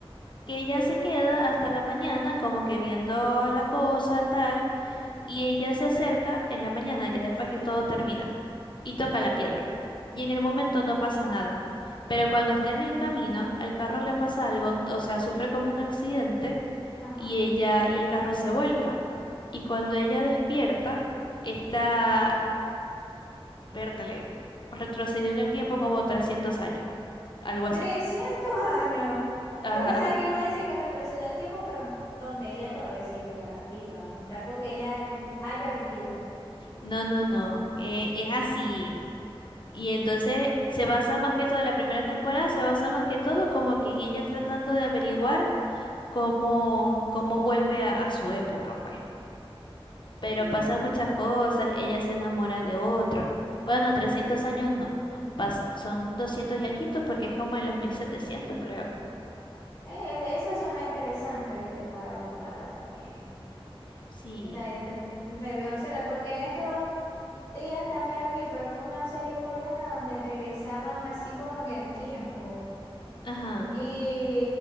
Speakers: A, on the left; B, on the left.
A: que ella se queda hasta la mañana como que viendo la cosa, tal y ella se acerca en la mañana, ya después que todo termina, y toca la piedra. Y en el momento no pasa nada. Pero cuando está en el camino, al carro le pasa algo, o sea, sufre como un accidente
B: Ajá.
A: y ella y el carro se vuelca. Y cuando ella despierta, está, vértale, retrocedió en el tiempo como 300 años, algo así.
B: trescientos años.
A: Ajá.
B: Yo pensaba que iba a decir que retroceder el tiempo, pero donde ella todavía siguiera viva, donde algo que ella haya vivido.
A: No, no, no, eh, es así. Y entonces se basa más que todo, la primera temporada se basa más que todo como que en ella tratando de averiguar cómo, cómo vuelve a, a su época, pues. Pero
B: Sí,
A: pasan muchas cosas, ella se enamora de otro. Bueno, 300 años no, pas- son 200 y alguito porque es como en los mil setecientos creo.
B: eh, esa zona interesante, ¿viste? Para buscarla también.
A: Sí,
B: De- de- de- me veo opciones, porque en estos días también vi, pero fue una serie coreana donde regresaban así como en el tiempo.
A: ajá.
B: Y